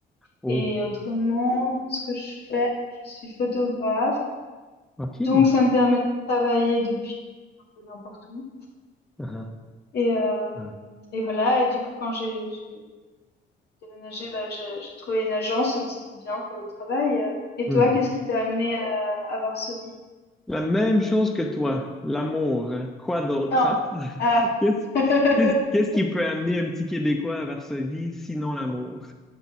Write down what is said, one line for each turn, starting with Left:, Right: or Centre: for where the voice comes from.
Centre: Oh,
Left: Et autrement, ce que je fais, je suis photographe,
Centre: OK.
Left: donc ça me permet de travailler depuis n'importe où.
Centre: Ah, ah,
Left: Et, euh,
Centre: ah.
Left: et voilà, et du coup quand j'ai j'ai déménagé, bah, j'ai j'ai trouvé une agence, donc c'était bien pour le travail. Euh, Et
Centre: Hmm.
Left: toi, qu'est-ce qui t'a amené à, à Varsovie?
Centre: La même chose que toi, l'amour. hein. Quoi d'autre,
Left: Non.
Centre: hein?
Left: Ah.
Centre: Qu'est-ce,
Left: <laughs>
Centre: qu'est-ce, qu'est-ce qui peut amener un petit Québécois à Varsovie, sinon l'amour?